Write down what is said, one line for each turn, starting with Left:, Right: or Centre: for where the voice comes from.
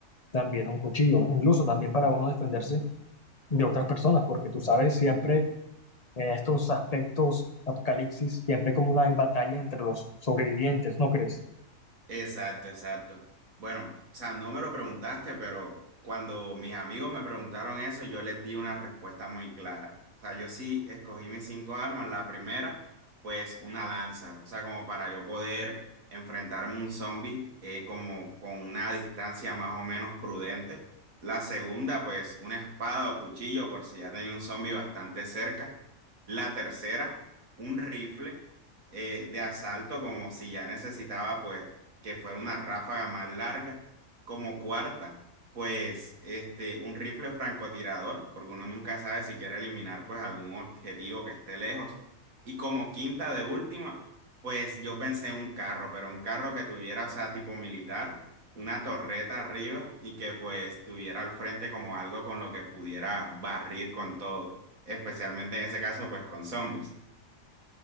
Left: también un cuchillo, incluso también para uno defenderse de otras personas, porque tú sabes, siempre en estos aspectos apocalipsis, siempre hay como una batalla entre los sobrevivientes, ¿no crees?
Right: Exacto, exacto. Bueno, o sea, no me lo preguntaste, pero cuando mis amigos me preguntaron eso, yo les di una respuesta muy clara. O sea, yo sí escogí mis cinco armas. La primera, pues una lanza, o sea, como para yo poder enfrentarme a un zombie eh, como con una distancia más o menos prudente. La segunda, pues una espada o cuchillo, por si ya tenía un zombie bastante cerca. La tercera, un rifle eh, de asalto, como si ya necesitaba, pues que fuera una ráfaga más larga. Como cuarta, pues este, un rifle francotirador, porque uno nunca sabe si quiere eliminar pues algún objetivo que esté lejos. Y como quinta de última, pues yo pensé en un carro, pero un carro que tuviera, o sea, tipo militar, una torreta arriba y que pues tuviera al frente como algo con lo que pudiera barrir con todo, especialmente en ese caso pues con zombies.